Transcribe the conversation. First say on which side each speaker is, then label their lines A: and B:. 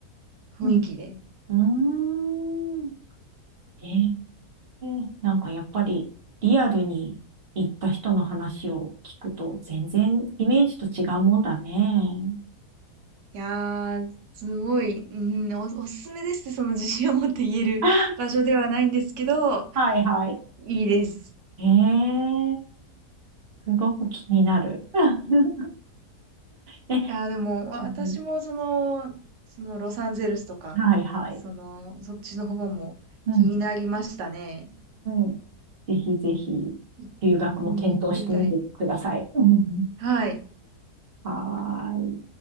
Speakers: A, on the right; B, on the right.
A: 雰囲気で。
B: うん。うーん。ええなんかやっぱりリアルに行った人の話を聞くと全然イメージと違うもんだね。
A: いやー、すごい、うん、お、おすすめですってその自信を持って言える場所ではないんですけど、
B: <laughs> はいはい。
A: いいです。
B: ええすごく気になる。<laughs> え、
A: いやー、でもわ私もその、
B: うん
A: そのロサンゼルスとか、
B: はいはい。
A: その、そっちの方も気になりましたね。
B: うん。うん。ぜひぜひ、
A: い
B: 留学も検討してみてください。
A: うん、行ってみたい。
B: うん。
A: はい。
B: はーい。